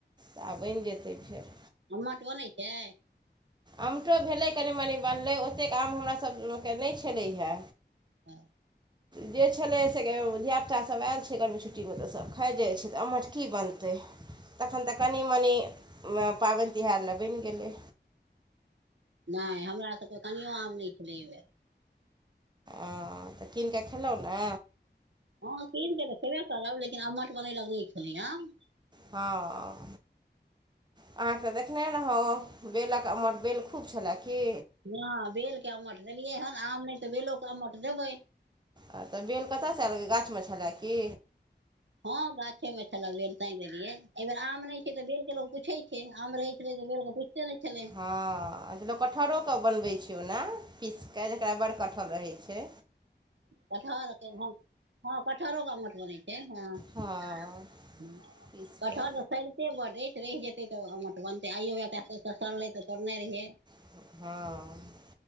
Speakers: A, on the right; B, on the right.
A: तऽ बैन जेतै फेर
B: अमठ बनै छै
A: अमठो भेलै कनि मनि बनलै ओतेक आम हमरा सभके नहि छलैहा
B: हँ
A: जे छलै से धियापुतासभ आयल छै गर्मी छुट्टीमे तऽ सभ खाइ जाइत छै तऽ अमठ की बनतै तखन तऽ कनि मनि पाबन तिहार ल बनि गेलै
B: नहि हमरा सबके कनिओ आम नहि छलै आऐ बेर
A: अ तऽ कीन कऽ खेलहुँ ने
B: हँ कीन कऽ तऽ खेबे करब लेकिन अमठ बनेलक नहि छैलै आम
A: हँ <unintelligible> अहाँके तऽ देखने रहौ बेलक अमठ बेल खूब छ्लाह की
B: हँ बेलके अमठ देलियै हन आम नहि तऽ बेलोके अमठ देबै
A: आ तऽ बेल कतयसँ आयलै गाछमे छलाह की
B: ह गाछे मे छल बेल त देलियै एहि बेर आम नहि छै तऽ बेल के लोग पूछे छै आम रहे छले त बेल के पूछ <unintelligible>
A: ह लोक कटहरोके बनबै छै ओना पीस कऽ जकरा बड़ कटहल रहै छै
B: कटहरके हँ कटहरोके अमठ बनै छै हँ
A: हँ
B: <unintelligible>
A: पीस
B: कटहल
A: कऽ
B: सरतै बड एछ रहि जेतै तऽ बनतै आइयो एकटा सड़लै तऽ तोड़ने रहियै
A: <inaudible> हँ